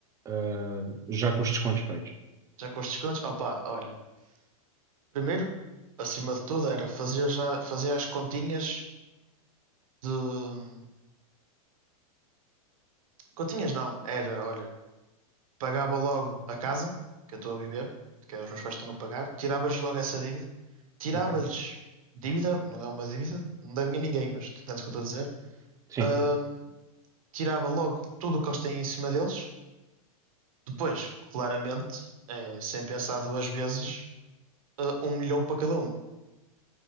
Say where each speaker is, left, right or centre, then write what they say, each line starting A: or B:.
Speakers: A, on the right; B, on the right.
A: eh, já com os descontos feitos.
B: Já com os descontos? Opá, olha, primeiro, acima de tudo, era fazer já, fazer as continhas de... Continhas não, era, olha, pagava logo a casa que eu estou a viver, que os meus pais estão a pagar, tirava-lhes logo essa dívida, tirava-lhes
A: Ok.
B: dívida, não é uma dívida, não deve ninguém, mas tu entendes o que eu estou a dizer?
A: Sim,
B: Ahm, tirava logo tudo o que eles têm em cima deles. Depois, claramente, eh, sem pensar duas vezes, eh, um milhão para cada um.